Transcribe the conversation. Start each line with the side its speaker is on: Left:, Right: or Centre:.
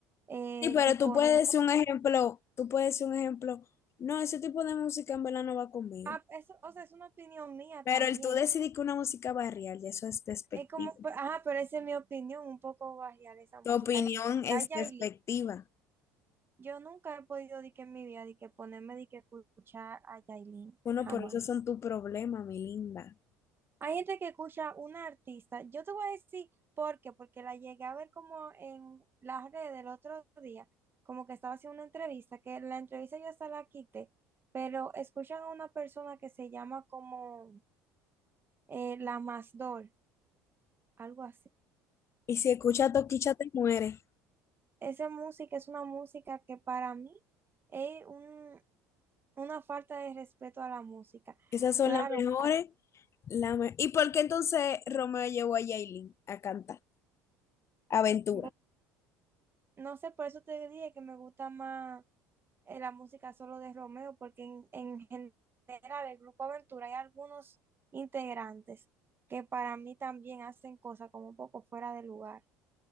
Right: eh,
Left: Sí, pero
Right: tipo,
Left: tú puedes
Right: no sé,
Left: decir un ejemplo, tú puedes decir un ejemplo, no, ese tipo de música en verdad no va conmigo.
Right: ah, eso, o sea, es una opinión mía
Left: Pero
Right: también
Left: el tú decidir que una música barrial, y eso es despectivo.
Right: Es como, pe- ajá, pero esa es mi opinión, un poco barrial esa música,
Left: Tu opinión
Right: de que
Left: es
Right: a Yailin,
Left: despectiva.
Right: yo nunca he podido, de que en mi vida, de que ponerme, de que escuchar a Yailin,
Left: Bueno,
Right: jamás.
Left: por eso son tu problema, mi linda.
Right: Hay gente que escucha una artista, yo te voy a decir por qué, porque la llegué a ver como en las redes del otro día, como que estaba haciendo una entrevista, que la entrevista ya hasta la quité, pero escuchan a una persona que se llama como eh, la Masdol, algo así.
Left: Y si escuchas Toquicha te muere.
Right: Esa música es una música que para mí es un- una falta de respeto a la música.
Left: Esas son
Right: Claro,
Left: las mejores.
Right: pa-
Left: la me- ¿Y por qué entonces Romeo llevó a Yailin a cantar? Aventura.
Right: bo- no sé, por eso te dije que me gusta más eh, la música solo de Romeo, porque en, en general el grupo Aventura hay algunos integrantes que para mí también hacen cosas como un poco fuera de lugar.